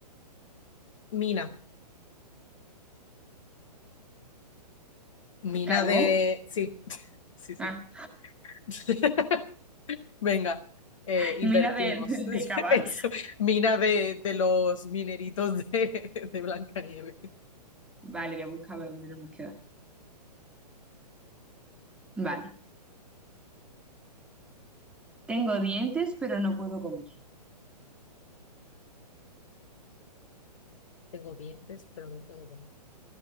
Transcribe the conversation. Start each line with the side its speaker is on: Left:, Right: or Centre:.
Left: Mina, mina
Centre: ¿Carbón?
Left: de... Sí, sí, sí.
Centre: Ah,
Left: <laughs> Venga, eh,
Centre: <laughs>
Left: invertimos.
Centre: mina de, de, de cavar.
Left: <laughs> Eso, Mina de, de los mineritos de, de Blancanieves.
Centre: Vale, voy a buscar a ver dónde nos hemos quedado. Vale. Tengo dientes, pero no puedo comer.
Left: Tengo dientes, pero no puedo comer.